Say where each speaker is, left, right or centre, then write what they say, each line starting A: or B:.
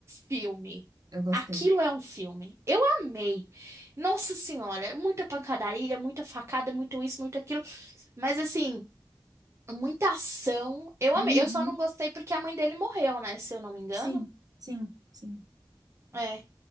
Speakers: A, on the right; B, on the right.
A: filme.
B: Eu gostei.
A: Aquilo é um filme. Eu amei. Nossa Senhora, é muita pancadaria, muita facada, muito isso, muito aquilo. Mas assim, muita ação. Eu
B: Uhum.
A: amei. Eu só não gostei porque a mãe dele morreu, né? Se eu não me engano.
B: Sim, sim, sim.
A: É.